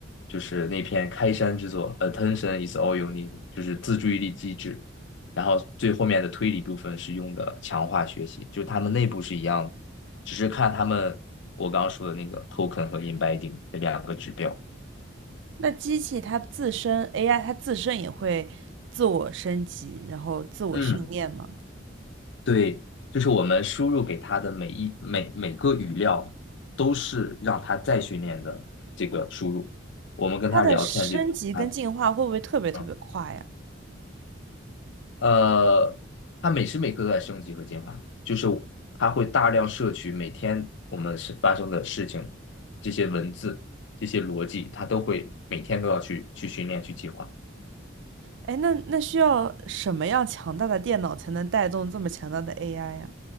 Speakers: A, on the left; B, on the right.
A: 就是那篇开山之作，attention is all you need，就是自注意力机制。然后最后面的推理部分是用的强化学习，就是它们内部是一样的。只是看他们我刚刚说的那个 token 和 embedding 这两个指标。
B: 那机器它自身 AI 它自身也会自我升级，然后自我训练吗？
A: 嗯对，就是我们输入给它的每一每每个语料都是让它再训练的这个输入。我们跟他聊天这个，
B: 它的升级跟进化会不会特别特别快呀？
A: 它嗯呃，他每时每刻都在升级和进化，就是他会大量摄取每天我们是发生的事情，这些文字、这些逻辑，他都会每天都要去去训练、去进化。
B: 哎，那那需要什么样强大的电脑才能带动这么强大的 AI 呀？